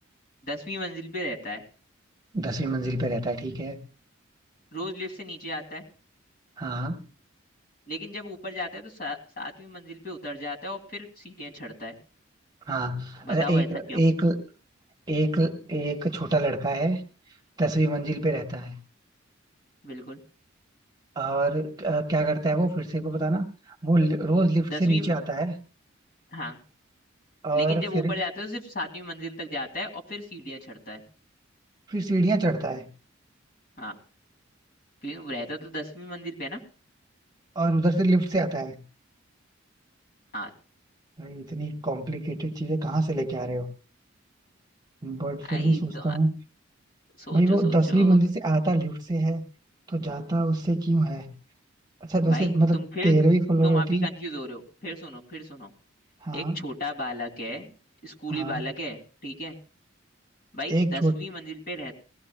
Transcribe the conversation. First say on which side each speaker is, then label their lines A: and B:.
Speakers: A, on the left; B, on the right.
A: दसवीं मंजिल पे रहता है
B: दसवीं मंजिल पे रहता है ठीक है
A: रोज लिफ्ट से नीचे आता है
B: हाँ
A: लेकिन जब ऊपर जाता है तो सा, सातवीं मंजिल पे उतर जाता है और फिर सीढ़ियां चढ़ता है
B: हाँ
A: बताओ
B: अच्छा एक
A: ऐसा क्यों
B: एक एक एक छोटा लड़का है दसवीं मंजिल पे रहता है
A: बिल्कुल
B: और अ, क्या करता है वो फिर से एक बार बताना वो लि- रोज लिफ्ट
A: दसवीं
B: से नीचे आता है
A: हाँ
B: और
A: लेकिन जब
B: फिर
A: ऊपर जाता है तो सिर्फ सातवीं मंजिल तक जाता है और फिर सीढ़ियां चढ़ता है
B: फिर सीढ़ियाँ चढ़ता है
A: हाँ क्योंकि वो रहता तो दसवीं मंजिल पे है ना
B: और उधर से लिफ्ट से आता है
A: हाँ
B: भाई इतनी कॉम्प्लिकेटेड चीजें कहाँ से लेके आ रहे हो बट फिर
A: आई
B: भी सोचता
A: तो
B: हूँ
A: सोचो
B: भाई वो
A: सोचो
B: दसवीं मंजिल से आता लिफ्ट से है तो जाता उससे क्यों है अच्छा तो ऐसे
A: भाई
B: मतलब
A: तुम फिर
B: तेरहवीं फ्लोर
A: तुम
B: होती
A: अभी कंफ्यूज हो रहे हो फिर सुनो फिर सुनो
B: हाँ
A: एक छोटा बालक है स्कूली
B: हाँ
A: बालक है ठीक है भाई
B: एक
A: दसवीं
B: छोट
A: मंजिल पे रह